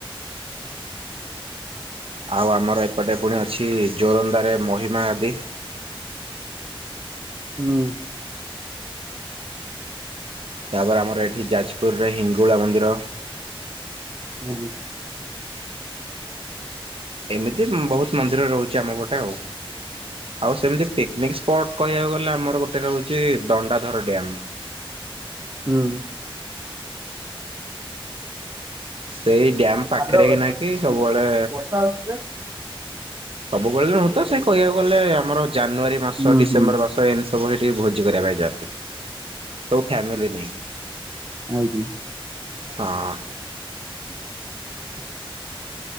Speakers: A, on the right; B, on the right.
A: ଆଉ ଆମର ଏପଟେ ପୁଣି ଅଛି ଜୋରନ୍ଦାରେ ମହିମା ଆଦି
B: ହୁଁ
A: ତା ପରେ ଆମର ଏଠି ଯାଜପୁରରେ ଇଙ୍ଗୁଳା ମନ୍ଦିର
B: ଉଁ ହୁଁ
A: ଏମିତି ବହୁତ ମନ୍ଦିର ରହୁଚି ଆମ ପଟେ ଆଉ। ଆଉ ସେମିତି ପିକ୍ ନିକ୍ ସ୍ପଟ୍ କହିବାକୁ ଗଲେ ଆମର ଗୋଟେ ରହୁଛି ଦଣ୍ଡାଧର ଡ୍ୟାମ୍।
B: ହୁଁ
A: ସେଇ ଡ୍ୟାମ ପାଖରେ
B: ହ୍ୟାଲୋ
A: ହି ନା କି ସବୁବେଳେ
B: <unintelligible>
A: ସବୁବେଳେ ନୁହେଁ ତ ସେଇ କହିବାକୁ ଗଲେ ଆମର ଜାନୁଆରୀ ମାସ
B: ହୁଁ
A: ଡିସେମ୍ବର
B: ହୁଁ।
A: ମାସ ଏମିତି ସବୁବେଳେ ଟିକେ ଭୋଜି କରିବା ପାଇଁ ଯାଆନ୍ତି। ସବୁ ଫ୍ୟାମିଲି ନେଇକି
B: ଉଁ ହୁଁ
A: ହଁ
B: ହ <unintelligible>